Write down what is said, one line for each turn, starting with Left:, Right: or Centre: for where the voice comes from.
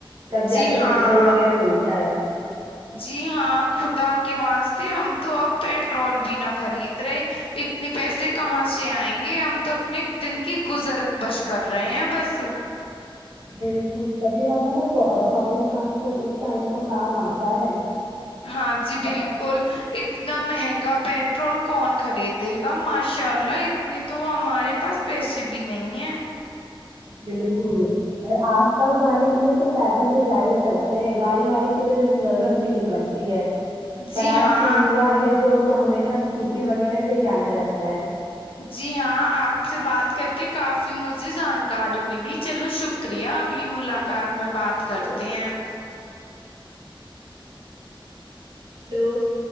Right: تب جا
Left: جی
Right: کے
Left: ہاں
Right: پیٹرول وغیرہ ملتا ہے
Left: جی ہاں خدا کے واسطے ہم تو اب پیٹرول بھی نہ خرید رہے اتنے پیسے کہاں سے آئیں گے ہم تو اپنے دن کی گزر بش کر رہے ہیں بس
Right: بالکل تبھی ہمیں نا پبلک ٹرانسپورٹ اس ٹائم پر کام آتا ہے
Left: ہاں جی
Right: پ-
Left: بالکل اتنا مہنگا پیٹرول کون خریدے گا ماشاء اللہ اتنے تو ہمارے پاس پیسے بھی نہیں ہیں
Right: بالکل اور آس پاس جانے کے لیے تو پیدل بھی جا ہی سکتے ہیں گاڑی واڑی کی تو ضرورت بھی نہیں پڑتی ہے
Left: جی
Right: پر
Left: ہاں
Right: آج کے یوا ہے جو ان کو ہمیشہ اسکوٹی وغیرہ جانا رہتا ہے <unintelligible>
Left: جی ہاں آپ سے بات کر کے کافی مجھے جانکاری ملی چلو شکریہ اگلی ملاقات میں بات
Right: ہلو
Left: کرتے ہیں
Right: ہلو